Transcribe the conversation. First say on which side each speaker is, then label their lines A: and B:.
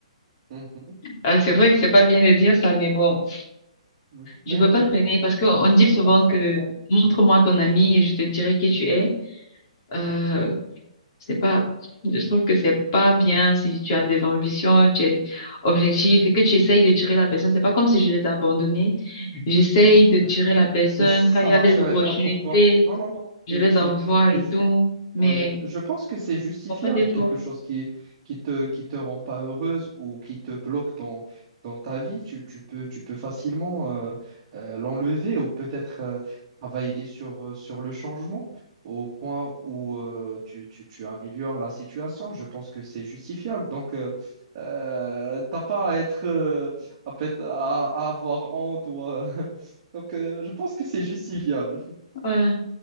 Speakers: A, on the right; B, on the left.
A: Mhm.
B: Ah, c'est vrai que c'est pas bien de dire ça, mais bon,
A: Ouais. Mais,
B: Je peux pas
A: mais
B: traîner parce qu'on
A: ça reste,
B: dit souvent
A: ça reste
B: que
A: un choix.
B: montre-moi ton ami et je te dirai qui tu es. Euh,
A: Ouais.
B: c'est pas, je trouve que c'est pas bien si tu as des ambitions, tu es objectif et que tu essayes de tirer la personne. C'est pas comme si je les ai abandonnés. J'essaye de tirer
A: Ouais.
B: la personne.
A: Mais ça
B: Quand il y
A: marcherait
B: a des opportunités,
A: pas pour toi. Non, non, non.
B: je
A: C'est,
B: les
A: c'est,
B: envoie et
A: c'est ju-
B: tout, mais
A: Ouais, je pense que c'est justifiable,
B: faut pas d'effort.
A: quelque chose qui qui te qui te rend pas heureuse ou qui te bloque dans dans ta vie, tu, tu peux tu peux facilement euh, euh, l'enlever ou peut-être euh, travailler sur euh, sur le changement au point où euh, tu, tu tu améliores la situation. Je pense que c'est justifiable. Donc euh, euh, t'as pas à être euh, à, peut- à- à avoir honte ou euh, <laughs> donc euh, je pense que c'est justifiable.
B: Ouais,